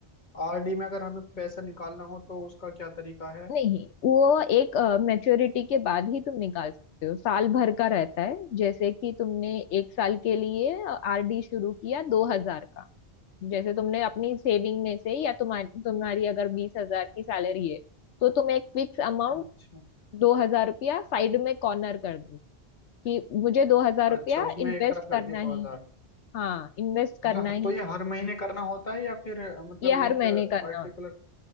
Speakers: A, on the left; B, on the left.
A: आरडी में अगर हमें पैसा निकालना हो तो उसका क्या तरीका है
B: नहीं वो एक मैच्योरिटी के बाद ही तुम निकाल सकते हो साल भर का रहता है जैसे कि तुमने एक साल के लिए आरडी शुरू किया दो हजार का जैसे तुमने अपनी सेविंग में से या तुम्हारी तुम्हारी अगर बीस हजार की सैलरी है तो तुम एक फिक्स अमाउंट
A: अच्छा
B: दो हजार रुपया साइड में कॉर्नर कर दो कि मुझे दो हजार रुपया
A: अच्छा उसमें
B: इन्वेस्ट
A: एक तरफ
B: करना
A: रख दिया
B: ही
A: दो हजार
B: है हाँ इन्वेस्ट करना
A: मतलब
B: ही
A: तो ये
B: है
A: हर महीने करना होता है या फिर अ, मतलब
B: ये
A: एक
B: हर महीने करना
A: पर्टिकुलर
B: होता